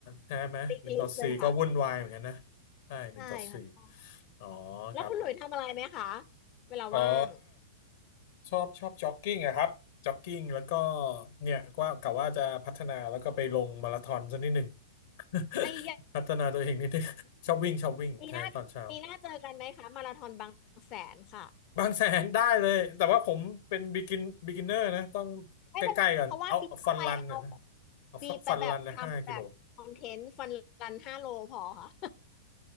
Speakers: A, on the left (about 60°); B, on the left (about 40°).
A: ใช่ไหมหนึ่งต่อสี่ก็วุ่นวายเหมือนกันนะ
B: ติ๊กลิสต์เลยค่ะ
A: ใช่หนึ่งต่อสี่
B: ใช่ค่ะ
A: อ๋อ
B: แล้วคุณหลุยทำอะไรไหมคะ
A: ครับ
B: เวลาว่าง
A: อ๋อชอบชอบจ็อกกิ้งอะครับจ็อกกิ้งแล้วก็เนี่ยว่ากะว่าจะพัฒนาแล้วก็ไปลงมาราธอนสักนิดหนึ่ง <laughs>
B: ไอ้ยะ
A: พัฒนาตัวเองนิดนึงชอบวิ่งชอบวิ่งใช่ตอนเช้า
B: ปีหน้าปีหน้าเจอกันไหมคะมาราธอนบางแสนค่ะ
A: บางแสนได้เลยแต่ว่าผมเป็นบิกินบิกินเนอร์นะต้อง
B: ไม่เป็นไรเพราะว่าปีหน้าไปเอา
A: ใกล้ๆก่อนเอาฟันรันนะนะเอาสักฟันรันนะห้ากิโล
B: ปีไปแบบทำแบบคอนเทนต์ฟันรันห้าโลพอค่ะ
A: <laughs>